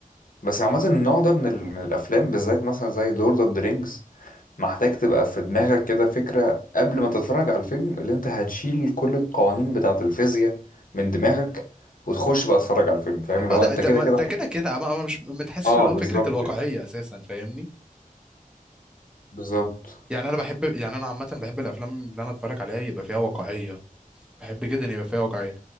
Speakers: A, on the left; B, in the centre.
A: بس عامة النوع ده من ال... من الافلام بالذات مثلا زي لورد اوف ذا رينجز محتاج تبقى في دماغك كده فكرة قبل ما تتفرج على الفيلم اللي انت هتشيل كل القوانين بتاعة الفيزياء من دماغك وتخش بقى تتفرج على الفيلم فاهم اللي
B: اه
A: هو
B: ده
A: انت
B: ده
A: كده
B: ما-
A: كده
B: ده كده كده ما ما- مش متحسش
A: اه
B: اللي هو
A: بالظبط
B: فكرة الواقعية
A: يعني
B: اساسا فاهمني
A: بالظبط
B: يعني انا بحب يعني انا عامة بحب الافلام اللي انا اتفرج عليها يبقى فيها واقعية بحب جدا يبقى فيها واقعية